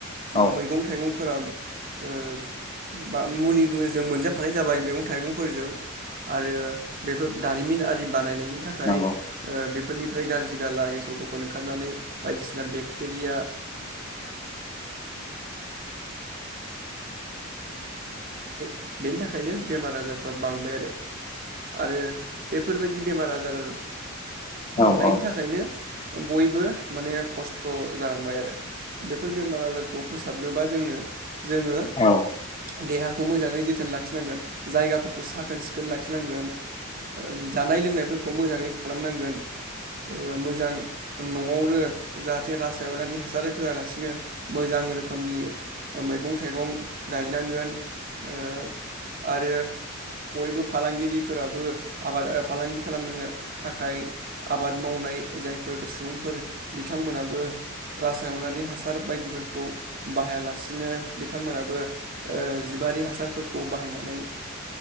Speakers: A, on the left; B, on the right.
A: औ
B: मैगं थाइगं फोराव अ बा मुलिबो जों मोनजाफानाय जाबाय मैगं -थाइगंफोरजों आरो बेफोर दारिमिन आरि बानायनायनि थाखाय
A: नंगौ
B: ओ बेफोरनि ओमफ्राय गारजि गाला गेसाव गेफोन ओंखारनानै बायदिसिना बेक्टेरिया भाइरा नो बेमार आजार फ्राबो बांबाय आरो आरो बेफोरबायदि बेमार आजार बांनायनि
A: औ औ
B: थाखायनो बयबो माने खस्थ' जालांबाय आरो। बेफोर बेमार आजारखौ फोसाबनोबा जोंनो जोङो
A: औ
B: देहाखौ मोजाङै जोथोन ला नांगोन जायगा फोरखौ साखोन सिखोन लाखिनांगोन ओ जानाय लोंनायफोर खौ मोजाङै खालाम नांगोन। ओ मोजां न'आवनो जाहाथे रासायनारि हासार होयालासिनो मोजां रोखोमनि मैगं थाइगं गायनांगोन ओ आरो बयबो फालांगिरिफोराबो आबाद फालांगि खालामनो थाखाय आबाद मावनाय जायफोर सुबुंफोर बिथांमोनाबो रासायनारि हासार बायदिफोरखौ बाहायालासिनो बिथांमोनाबो ओ जिबारि हासार फोर खौ बाहायनानै